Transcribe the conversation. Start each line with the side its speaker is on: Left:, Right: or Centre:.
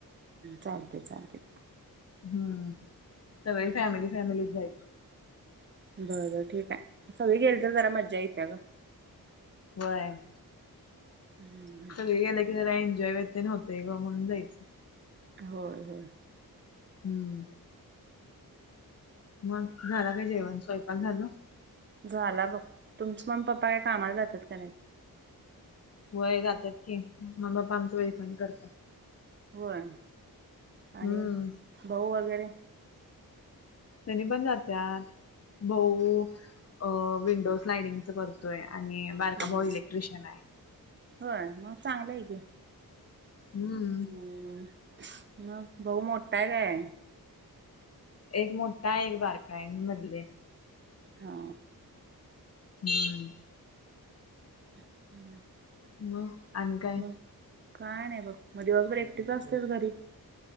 Right: चालतय, चालतय
Left: हम्म सगळे फॅमिली, फॅमिली जाय
Right: बरं ठीक आहे सगळे गेले तर जरा मज्जा येत्या ग
Left: व्हयं.
Right: <inaudible>
Left: सगळे गेलं की जरा एन्जॉय व्यते न होते ग म्हणून जायचं.
Right: होय हो
Left: हम्म. मग झाला काय, जेवण स्वयंपाक झालं.
Right: झाला बघ तुमच मग पप्पा काय कामाला जातात काय
Left: वय जातात की मम्मी पप्पा आमचं वैफणी करत्यात
Right: होय आणि
Left: हम्म
Right: भाऊ वगैरे
Left: त्यांनी पण जात्यात भाऊ विंडो स्लाइडिंगच करतोय आणि बारका
Right: हम्म.
Left: भाऊ इलेक्ट्रिशियन आहे
Right: होय मग चांगलं आहे की
Left: हम्म
Right: हम्म, मग भाऊ मोठा आहे काय?
Left: एक मोठा एक बारकाय मी मधलीय
Right: हा
Left: <inaudible>
Right: <inaudible>
Left: मग आणि काय
Right: म काय नाही बघ मग दिवसभर एकटीच असते घरी